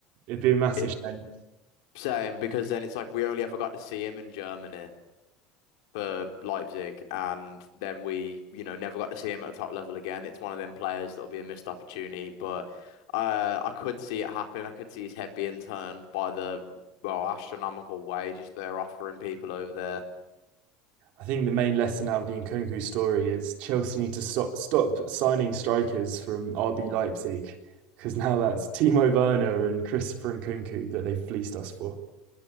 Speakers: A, on the right; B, on the left.
A: It'd be a massive
B: It-
A: shame.
B: Same, because then it's like we only ever got to see him in Germany. for Leipzig, and then we, you know, never got to see him at a top level again. It's one of them players that'll be a missed opportunity, but uh, I could see it happen. I could see his head being turned by the, well, astronomical wages they're offering people over there.
A: I think the main lesson out of the Nkunku story is Chelsea need to stop stop signing strikers from RB Leipzig because now that's Timo Werner and Christopher Nkunku that they fleeced us for.